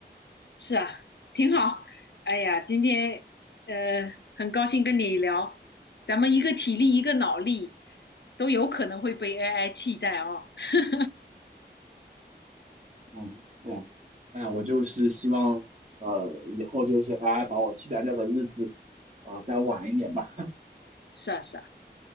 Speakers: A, on the left (about 70°); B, on the right (about 40°).
A: 是啊，挺好。哎呀，今天呃，很高兴跟你聊，咱们一个体力，一个脑力，都有可能会被 AI 替代哦。<laughs>
B: 嗯，是啊，哎呀，我就是希望呃以后就是 AI 把我替代掉的日子啊，再晚一点吧。
A: 是啊，是啊，